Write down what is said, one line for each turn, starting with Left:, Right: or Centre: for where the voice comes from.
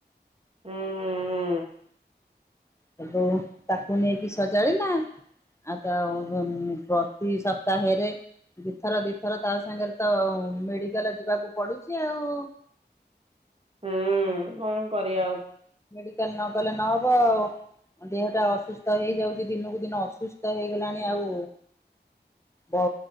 Right: ହୁଁ।
Left: ତାକୁ ତାକୁ ନେଇକି ସଜାଡିଲା ଆଉ ତା ଏଇ
Right: ହୁଁ
Left: ସପ୍ତାହେରେ ଦିଥର ଦିଥର ତା ସାଙ୍ଗରେ ତ ମେଡିକାଲ ଯିବାକୁ ପଡୁଛି ଆଉ
Right: ହୁଁ କଣ କରିବା ଆଉ।
Left: ମେଡିକାଲ ନ ଗଲେ ନହବ ଆଉ ଦେହ ଟା ଅସୁସ୍ଥ ହେଇଯାଉଛି ଦିନକୁ ଦିନ ଅସୁସ୍ଥ ହେଇଗଲାଣି ଆଉ ବ